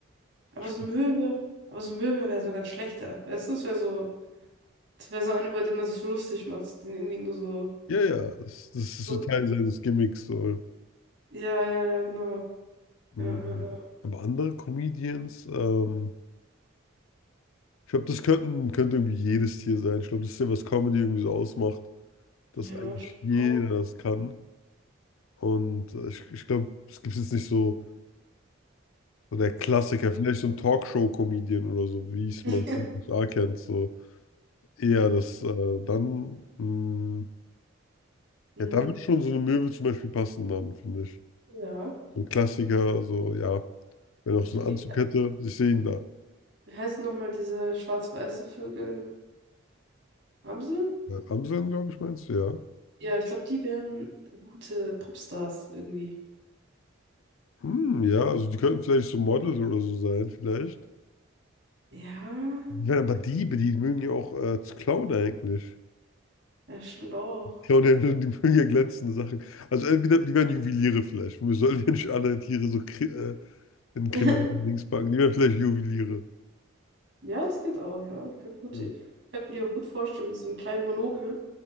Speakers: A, on the right (about 60°); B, on the left (about 80°).
A: Aber so
B: Ich
A: ein Möwe, aber so ein Möwe wäre so ein ganz schlechter. Weißt du, es wäre so, es wäre so ein, über den man sich so lustig macht, den irgendwie nur so,
B: Ja, ja, das, das ist
A: so,
B: so Teil
A: so.
B: seines Gimmicks. So.
A: Ja, ja, ja, genau. Ja,
B: Mhm.
A: ja, ja,
B: Aber andere Comedians, ähm, ich glaube, das könnten, könnte irgendwie jedes Tier sein. Ich glaube, das ist ja, was Comedy irgendwie so ausmacht, dass
A: Ja,
B: eigentlich
A: stimmt
B: jeder
A: auch.
B: das kann. Und äh, ich, ich glaube, es gibt jetzt nicht so, so der Klassiker,
A: Also,
B: vielleicht so ein Talkshow-Comedian oder so, wie es
A: <laughs>
B: man in den USA kennt. So eher das äh, dann, mh,
A: <clears throat> mm,
B: ja, da würde schon so eine Möwe zum Beispiel passen, dann, finde ich.
A: ja.
B: So ein Klassiker, so, ja, wenn er auch so
A: Wie
B: einen Anzug hätte, ich sehe ihn da.
A: wie heißen nochmal diese schwarz-weißen Vögel? Amseln?
B: Äh, Amseln, glaube ich, meinst du, ja.
A: Ja, ich glaube, die wären gute Popstars irgendwie.
B: Hm, ja, also die könnten vielleicht so Models oder so sein, vielleicht.
A: Ja,
B: Ich aber Diebe, die mögen ja auch äh, zu klauen eigentlich.
A: ja, stimmt auch.
B: Klauen ja, <laughs> die mögen ja glänzende Sachen. Also entweder die werden Juweliere vielleicht. Wir sollen ja nicht alle Tiere so kri äh, in kriminellen
A: <laughs>
B: Dings packen. Die werden vielleicht Juweliere.
A: Ja, das geht auch, ja. Ich könnte, gut,
B: Ja,
A: ich
B: <laughs>
A: könnte mir die auch gut vorstellen mit so einem kleinen Monokel.